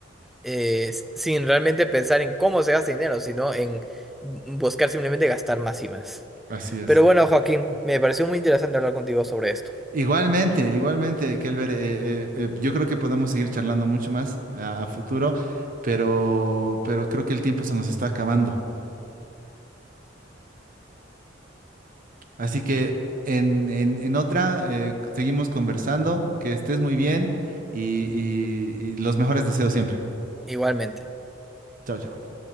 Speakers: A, in the centre; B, on the right.
A: eh, s- sin realmente pensar en cómo se gasta dinero, sino en buscar simplemente gastar más y más.
B: Así es.
A: Pero bueno, Joaquín, me pareció muy interesante hablar contigo sobre esto.
B: Igualmente, igualmente, Kelber, eh, eh, eh, yo creo que podemos seguir charlando mucho más a, a futuro, pero, pero creo que el tiempo se nos está acabando. Así que en, en, en otra, eh, seguimos conversando, que estés muy bien y, y y los mejores deseos siempre.
A: Igualmente.
B: Chao, chao.